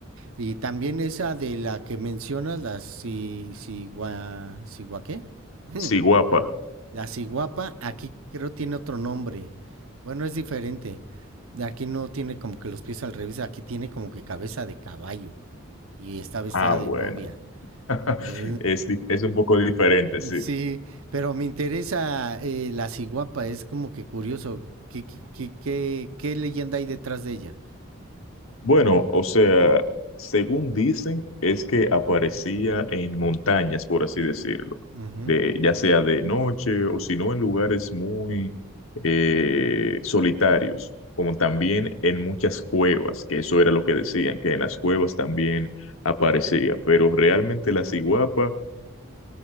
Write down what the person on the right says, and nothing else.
Y también esa de la que mencionas, la si, sigua, sigua ¿qué? <laughs>
La ciguapa, aquí creo tiene otro nombre. Bueno, es diferente. Aquí no tiene como que los pies al revés, aquí tiene como que cabeza de caballo y está vestida
de novia.
Pero,
<laughs>
sí, pero me interesa eh, la ciguapa, es como que curioso. ¿Qué, qué, qué, qué- qué leyenda hay detrás de ella?
Ujú,
ujú,